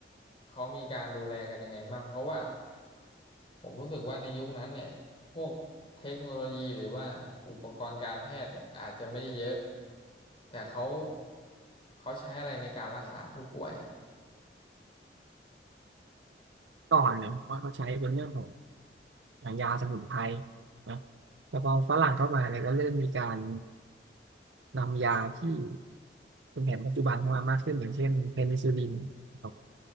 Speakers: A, on the left (about 30°); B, on the right (about 85°).
A: เขามีการดูแลกันยังไงบ้างเพราะว่าผมรู้สึกว่าในยุคนั้นเนี่ยพวกเทคโนโลยีหรือว่าอุปกรณ์การแพทย์เนี่ยอาจจะไม่ได้เยอะแต่เขาเขาใช้อะไรในการรักษาผู้ป่วย
B: ก่อนเนี่ยว่าเขาใช้เป็นเรื่องของยางยาสมุนไพรนะแต่พอฝรั่งเข้ามาเนี่ยก็เริ่มมีการนำยาที่เป็นแผนปัจจุบันเข้ามามากขึ้นอย่างเช่นเพนิซิลลินนะครับ